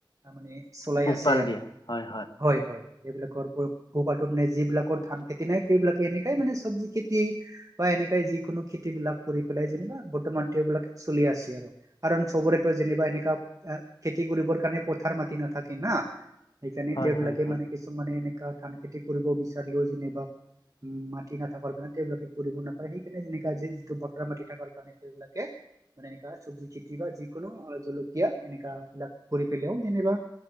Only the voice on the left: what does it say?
পোহপাল
দিয়ে হয়
হয়
হয় হয়